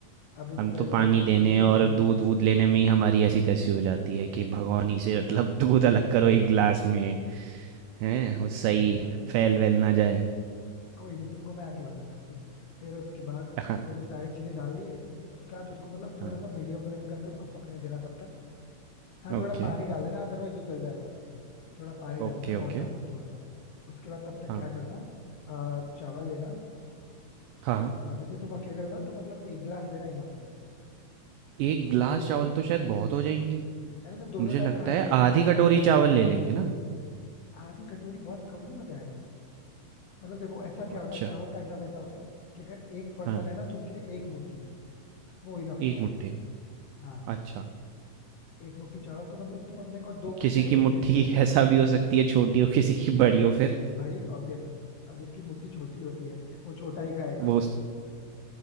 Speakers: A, on the left (about 70°); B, on the right (about 80°).
A: अभी तो
B: हम
A: पहले
B: तो पानी देने
A: देखेंगे
B: और
A: देखेंगे
B: दूध-वूध
A: भाई
B: लेने में ही हमारी ऐसी-तैसी हो जाती है
A: <laughs>
B: कि भगोनी से मतलब <laughs> दूध अलग करो एक ग्लास में। हैं वो सही
A: होता है भाई
B: फैल वैल ना जाए
A: कोई नहीं तुमको मैं आके बताता हूँ सुनो फिर उसके बाद
B: हाँ
A: जब ये सारी चीजें डाल दिए उसके बाद उसको मतलब थोड़ा
B: हाँ
A: सा मीडियम फ्लेम करके उसको पकने देना तब तक हाँ
B: Okay
A: थोड़ा पानी डाल लेना अदरवाइज वो जल जाएगा तो थोड़ा पानी डाल
B: okay
A: लेना बहुत
B: okay
A: ज्यादा नहीं थोड़ा सा उसके बाद तब तक
B: हाँ
A: क्या करना अ, चावल लेना
B: हाँ
A: अ, जैसे तुम अकेले हो ना तो मतलब एक गिलास लेना इनफ है
B: एक ग्लास
A: उसको
B: चावल तो शायद बहुत हो जाएंगे
A: अरे तो दोनों
B: मुझे लगता
A: टाइम खा लोगे
B: है
A: ना
B: आधी
A: मतलब
B: कटोरी चावल ले लेंगे ना
A: आधी कटोरी बहुत कम नहीं हो जाएगा मतलब देखो ऐसा क्या
B: अच्छा
A: होना चावल का हिसाब ऐसा होता है कि अगर एक पर्सन
B: हाँ
A: है ना तो उसके लिए एक मुट्ठी वो इनफ होता
B: एक मुट्ठी
A: है हाँ
B: अच्छा
A: एक मुट्ठी चावल तो मतलब तुम अपने को दो मुट्ठी
B: किसी
A: एटलीस्ट
B: की मुट्ठी
A: ले लेना
B: <laughs> ऐसा भी हो सकती है छोटी हो किसी की बड़ी हो फिर
A: भाई ऑब्वियसली अब जिसकी मुट्ठी छोटी होती है वो छोटा ही खाएगा
B: वो उस-